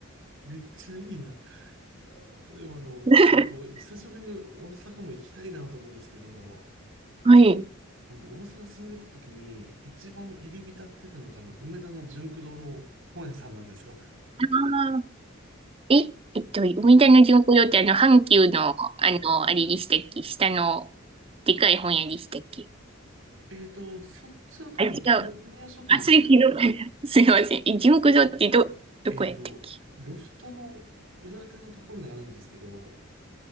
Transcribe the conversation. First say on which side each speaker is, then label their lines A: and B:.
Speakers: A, on the right; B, on the right.
A: めっちゃいいな。あーでもあの、
B: <laughs>
A: ね、こう、久しぶりに大阪も行きたいなと思うんですけど、
B: はい。
A: 僕大阪住んでた時に一番入り浸ってたのがあの、梅田の純駆堂の本屋さんなんですよ。
B: <laughs> え、えっと、梅田の巡航堂ってあの、阪急の、あの、あれでしたっけ下の、でかい本屋でしたっけ
A: えーと、そっちは多分紀の国屋書店ですね。
B: あ、違う。あ、それ昨日。<laughs> すいません。え、巡航堂ってど、
A: あの、
B: どこやったっけ
A: えーと、ロフトの裏手のところにあるんですけど、